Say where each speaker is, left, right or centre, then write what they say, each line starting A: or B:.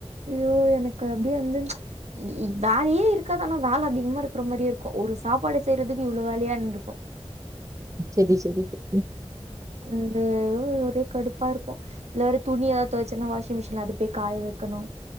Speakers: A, on the right (about 80°); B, on the right (about 30°).
A: ஐயோ எனக்கு அப்டியே வந்து வேலயே இருக்காது ஆனா வேல அதிகமா இருக்கிற மாரியே இருக்கு ஒரு சாப்பாடு செய்றதுக்கு இவ்ளோ வேலயானு அப்டிங்கற மாரி இருக்கு
B: செரி செரி செரி
A: இந்த ஒரே கடுப்பா இருக்கு இல்ல துணி எதாது தெவச்சன்னா வாஷிங் மிஷின் அது போய் காய வைக்கணு